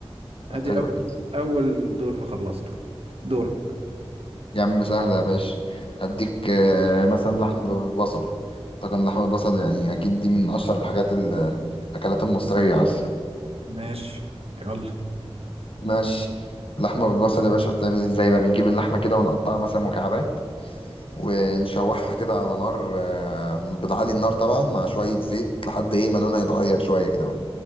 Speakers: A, on the right; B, on the left.
A: ادي
B: حلوه
A: اول
B: دي
A: اول دور خلصته دورك
B: يا عم سهلة يا باشا هديك آه، مثلا لحمة بالبصل طبعا لحمة البصل يعني أكيد دي من أشهر الحاجات ال- الأكلات المصرية أصلا
A: ماشي يلا
B: ماشي لحمة بالبصل يا باشا بتعمل ازاي بقى بنجيب اللحمة كده ونقطعها مثلا مكعبات ونشوحها كده على نار آه، بنعلي النار طبعا مع شوية زيت لحد ايه ما لونها يتغير شوية كده